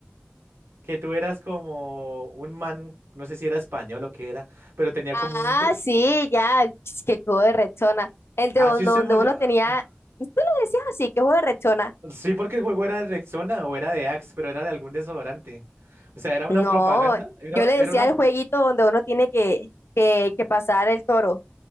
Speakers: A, on the right; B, on the left.
A: Que tú eras como un man, no sé si era español o qué era, pero tenía
B: Ah,
A: como un.
B: sí, ya, <tsk> qué juego de rechona El de
A: Así
B: uno-
A: se
B: donde
A: llama.
B: uno
A: ah,
B: tenía, tú le decías así, qué juego de rechona
A: Sí, porque el juego era de Rexona o era de Axe, pero era de algún desodorante. O sea, era
B: No,
A: una propaganda, era,
B: yo le decía
A: era una...
B: el jueguito donde uno tiene que, que, que pasar el toro.